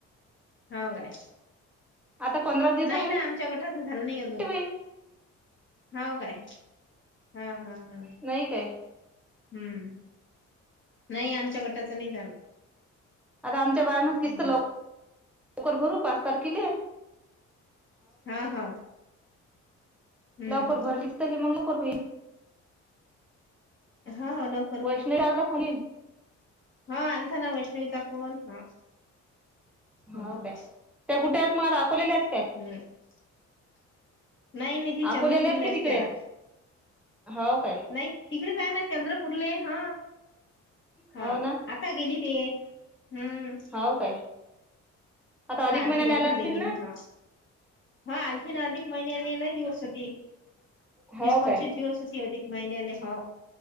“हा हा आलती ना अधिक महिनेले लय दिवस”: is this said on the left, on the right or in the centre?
Left